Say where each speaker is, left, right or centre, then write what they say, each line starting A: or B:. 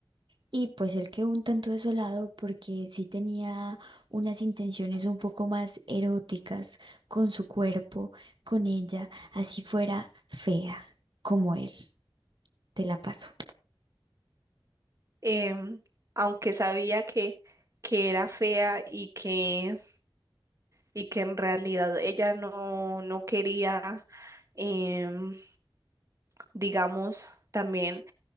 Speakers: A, on the right (about 65°); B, on the right (about 35°).
A: Y pues él quedó un tanto desolado porque sí tenía unas intenciones un poco más eróticas con su cuerpo, con ella, así fuera fea como él. Te la paso.
B: Em, aunque sabía que, que era fea y que, y que en realidad ella no, no quería, em, digamos, también.